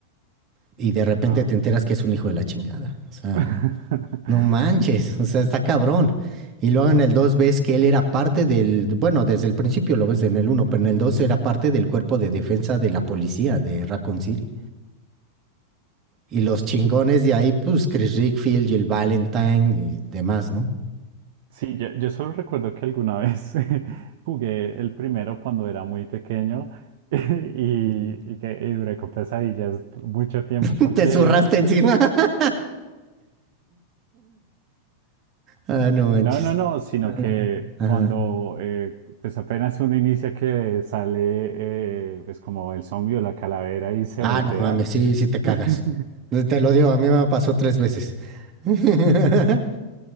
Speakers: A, on the right; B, on the right.
A: Y de repente
B: Ah.
A: te enteras que es un hijo de la chingada. O sea.
B: <laughs>
A: No manches, o sea, está cabrón. Y luego en el 2 ves que él era parte del, bueno, desde el principio lo ves en el uno, pero en el 2 era parte del cuerpo de defensa de la policía de Raccoon City. Y los chingones de ahí, pues Chris Rickfield, Jill Valentine y demás, ¿no?
B: Sí, yo, yo solo recuerdo que alguna vez <laughs> jugué el primero cuando era muy pequeño <laughs> y,
A: Mm.
B: y que y duré con pesadillas mucho tiempo
A: <laughs>
B: porque,
A: ¿Te zurraste encima?
B: es-
A: <laughs> Ah, no manches.
B: no, no, no, sino
A: Ajá.
B: que
A: Ajá.
B: cuando eh, pues apenas uno inicia que sale eh, pues como el zombie o la calavera y se
A: Ah,
B: voltea,
A: no mames, sí, sí te cagas.
B: <laughs>
A: No, Te lo digo, a mí me pasó tres veces. <laughs>